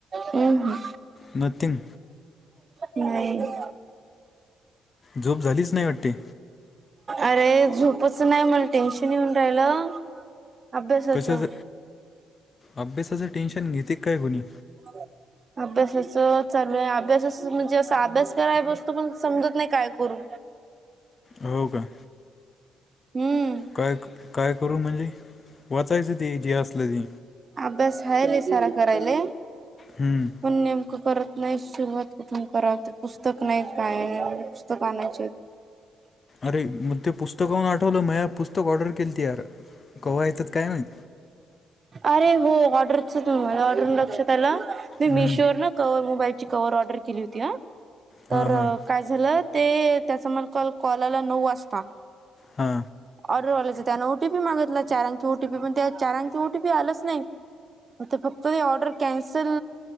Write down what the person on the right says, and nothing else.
<inaudible>
नाही
अरे झोपच नाही मला टेन्शन येऊन राहिलं अभ्यासाचं
<unintelligible> अभ्यासाच चालू आहे अभ्यासाच म्हणजे अस अभ्यास कराय बसतो पण अस समजत नाही काय करू.
हम्म.
अभ्यास आहेले सारा करायले.
पण नेमकं करत नाही सुरुवात कुठून कराव ते पुस्तक नाहीत काय पुस्तक आणायचे येत.
अरे हो ऑर्डरच मला <unintelligible> त्याला मी
मीशो वरण कव मोबाईलची कव्हर ऑर्डर केली होती आ
तर
काय झालं ते त्याचा मला काळ कॉल आला नऊ वाजता
ऑर्डरवाल्याच त्यानं ओ टी पी मागितला चार अंकी ओटीपी पण त्या चार अंकी ओटीपी आलंच नाही. तर फक्त त ऑर्डर कॅन्सल